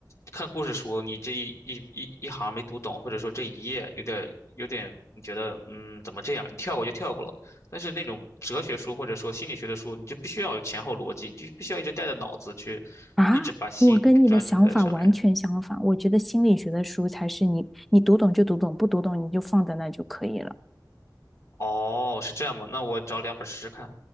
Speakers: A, on the left; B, in the centre.
A: 看故事书，你这一一一一行没读懂，或者说这一页有点有点，你觉得嗯怎么这样，你跳过就跳过了。但是那种哲学书或者说心理学的书，你就必须要有前后逻辑，你就必须要一直带着脑子去，
B: 啊，
A: 一直把心专注在这上面。
B: 我跟你的想法完全相反。我觉得心理学的书才是你，你读懂就读懂，不读懂你就放在那就可以了。
A: 哦，是这样吗？那我找两本试试看。